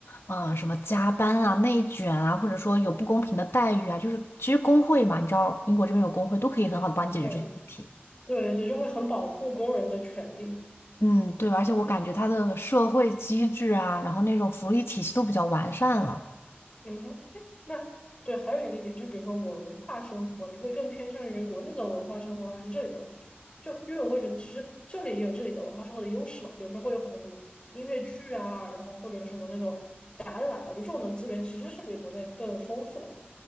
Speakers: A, on the left; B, on the left.
A: 嗯、什么加班啊、内卷啊，或者说有不公平的待遇啊，就是其实工会嘛，你知道英国这边有工会，都可以很好的帮你解决这些问题。
B: 对对对，就会很保护工人的权利。
A: 嗯，对，而且我感觉它的社会机制啊，然后那种福利体系都比较完善了。
B: 嗯哼，哎，那对，还有一个点，就比如说文化生活，你会更偏向于国内的文化生活，还是这里的文化生活？就因为我会觉得，其实这里也有这里的文化生活的优势嘛，比如说会有很多什么音乐剧啊，然后或者什么那种展览，我觉得这种的资源其实是比国内更丰富的。